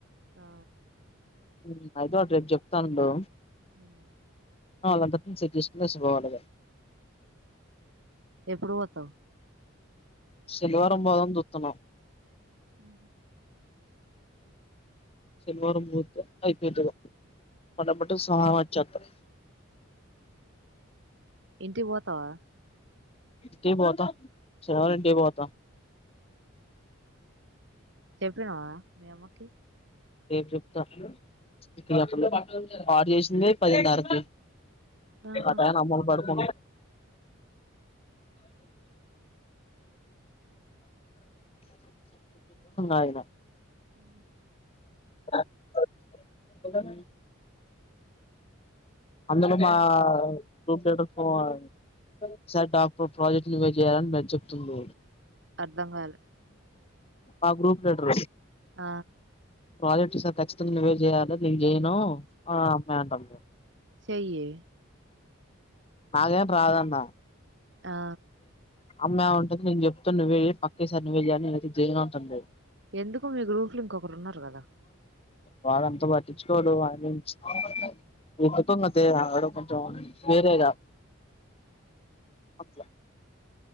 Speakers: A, on the right; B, on the left.
A: ఆ
B: ఉమ్ అయితే ఒకటి రేపు చెప్తానుండు
A: ఉమ్
B: అలందరికి సెట్ చేసి పోవాలే
A: ఎప్పుడు పోతావు
B: శనివారం పోదమని చుతున్న
A: అ
B: శనివారం పోతే ఐపోంతడి పండగపుట సోవారం వచ్చేస్తా
A: ఇంటి కీ పోతవ
B: ఇంటికే పోత శనివారం పోత
A: చెప్పినవా మీ అమ్మకి
B: రేప్ చెప్తా ఇప్పుడు చెప్పాను స్టార్ట్ చేసింది పదిన్నరకి
A: ఆహా
B: అదనా అమ్మలు పడుకు ఆగిన
A: హ
B: <inaudible> అందులోమా <unintelligible> ప్రాజెక్ట్ లు చేయాలని చెప్తుంది
A: అర్ధం కాలే
B: ఆ గ్రూప్ లీడర్
A: ఆ
B: ప్రాజెక్ట్ ఖచ్చింగా నువ్వే చేయాలి నేను చేయను అమ్మాయి అంటుంది
A: చేయ్యే
B: నాగేం రాదన్న
A: ఆ
B: అమ్మాయి అంటుంది నేను చెప్త నువ్వు చేయి పక్కేసారి నువు చేయి నేనైతే చేయను ఉంటాంది
A: ఎందుకు మీ గ్రూప్ల ఇంకొకరు ఉన్నారు కదా
B: వాడంతా పట్టించుకోరు వాడిని చెప్ప <unintelligible> అడ కొంచం వేరే గా
A: <inaudible>
B: అట్లా